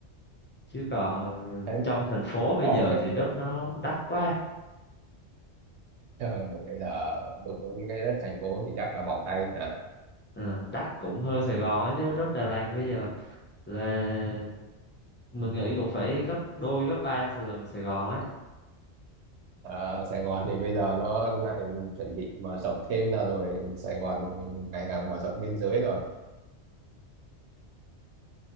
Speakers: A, on the left; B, on the right.
A: chứ còn
B: thấy
A: trong thành phố bây
B: có
A: giờ
B: một cái
A: thì
B: <laughs>
A: đất nó đắt quá
B: ờ, bây giờ đụng đến cái đất thành phố thì chắc là bỏng tay hả
A: Ờ, đắt cũng hơn Sài Gòn ấy chứ đất Đà Lạt bây giờ là mình nghĩ cũng phải gấp đôi gấp ba Sài- lần Sài Gòn ấy
B: Ờ, Sài Gòn thì bây giờ nó lại chuẩn bị mở rộng thêm ra rồi Sài Gòn ngày càng mở rộng biên giới rồi